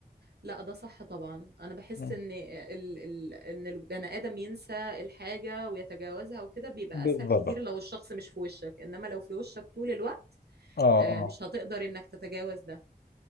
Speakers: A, on the right; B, on the left.
A: لا ده صح طبعا انا بحس
B: مم.
A: ان ال... ال... ان البني ادم ينسى الحاجه ويتجاوزها وكده بيبقى
B: بالضبط
A: اسهل كتير لو الشخص مش في وشك انما لو في وشك طول الوقت
B: اه
A: آه،
B: اه
A: مش هتقدر انك تتجاوز ده